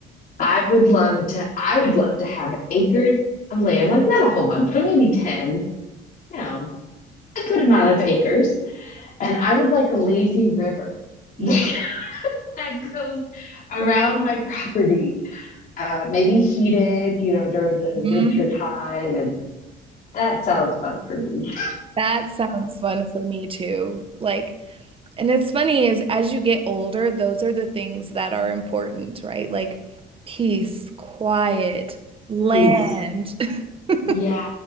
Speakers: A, on the left; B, on the right.
A: I would love to I would love to have acres of land, like not a whole bunch, but maybe 10, you know, a good amount of acres. And I would like a lazy river <laughs>
B: Yeah.
A: that, that goes around my property, uh, maybe heated, you know, during the
B: Mhm.
A: winter time. And that sounds fun for me.
B: That sounds fun for me too. Like, and it's funny is as you get older, those are the things that are important, right? Like peace, quiet, land.
A: Peace.
B: <laughs>
A: Yes,